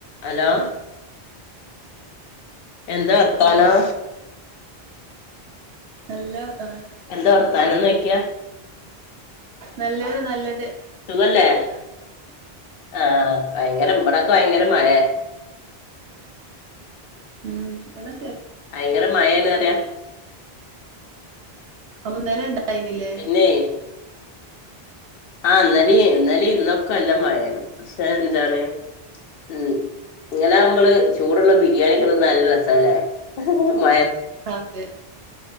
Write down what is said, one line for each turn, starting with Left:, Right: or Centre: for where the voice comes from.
Left: Hello എന്താ വർത്താനം
Right: ആഹ് നല്ല വർത്താനം
Left: എന്താ വർത്താനം നോയിക്കാ
Right: നല്ലത് നല്ലത്
Left: സുഖല്ലേ ആഹ് ഭയങ്കര ഇവിടൊക്കെ ഭയങ്കര മയെ
Right: ഉമ് ഇവടെ
Left: ഭയങ്കര മയേന്നറിയ
Right: അപ്പൊ ഇന്നലെ ഇണ്ടായിനില്ലേ
Left: പിന്നെ ആഹ് ഇന്നലെ ഇന്നാലെ ഇന്നൊക്കെ നല്ല മഴാണ് പക്ഷെ എന്താണ് ഉമ് ഇങ്ങനെ ആകുമ്പള് ചൂടുള്ള ബിരിയാണി കെ തിന്നാൻ നല്ല രസാലേ മ
Right: അതെ